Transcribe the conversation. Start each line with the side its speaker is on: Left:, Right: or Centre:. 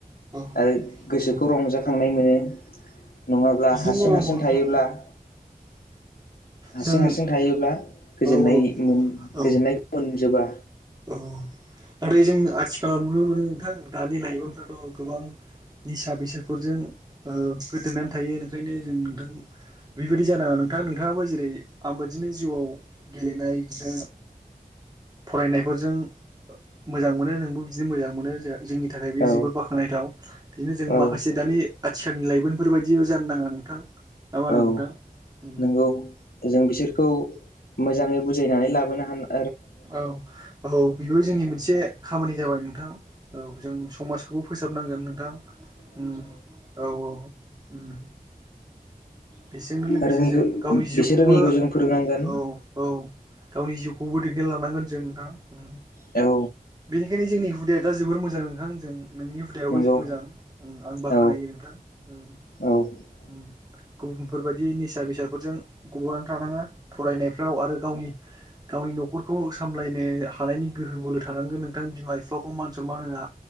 Right: औ
Left: आरो गोसोखौ
Right: औ
Left: रंजाखांनाय मोनो नङाब्ला
Right: बिदिनो
Left: हारसिं
Right: जानांगौ
Left: हारसिं हारसिं
Right: नोंथां
Left: थायोब्ला - हारसिं
Right: जों
Left: हारसिं थायोब्ला गोजोननाय
Right: औ औ
Left: मोन
Right: औ
Left: गोजोननायखौ मोनजोबा।
Right: औ नाथाय जों आथिखालाव नुनो मोनो नोंथां दानि लाइमोनफ्राथ' गोबां निसा बेसादफोरजों ओ गोदोनानै थायो ओंखायनो जों नोंथां बेबायदि जानाङा नों नोंथां, नोंथाङाबो जेरै आंबाददिनो जिउआव गेलेनाय ओ फरायनायफोरजों मोजां मोनो नोंबो बिदिनो मोजां मोनो जे जोंनि थाखाय बेयो
Left: औ
Right: जोबोर बाख्नायथाव बिदिनो जों
Left: औ
Right: माखासे दानि थिन लाइमोनफोर बायदिल' जानो नाङा नोंथां, ना मा होनो
Left: औ
Right: नोंथां उम
Left: नंगौ जों बिसोरखौ मोजाङै बुजायनानै लाबोनो हानो
Right: औ औ बेबो जोंनि मोनसे खामानि जाबाय नोंथां, औ जों समाजखौबो फोसाबनांगोन नोंथां उम औ औ उम बेजोंनो लोगोसे
Left: रोङिखौ
Right: जों गावनि जिउखौबो
Left: बिसोर रोङिखौ जों फोरोंनांगोन
Right: औ औ गावनि जिउखौबो दैदेनलांनांगोन जों नोंथां उम
Left: औ
Right: बेनिखायनो जोंनि हुदाया दा जोबोर मोजां नोंथां जों, नोंनि हुदायावबो
Left: नंगौ
Right: मोजां ओं आं बाख्नायो
Left: औ
Right: नोंथां । उम
Left: औ
Right: उम गुबुनफोरबायदि निसा बेसादफोरजों गब'नानै थानाङा फरायनायफ्राव आरो गाव गावनि गावनि न' न'खरखौ सामलायनो हानायनि गोहो बोलो थानांगोन नोंथां बिमा बिफाखौ मान सनमान होनो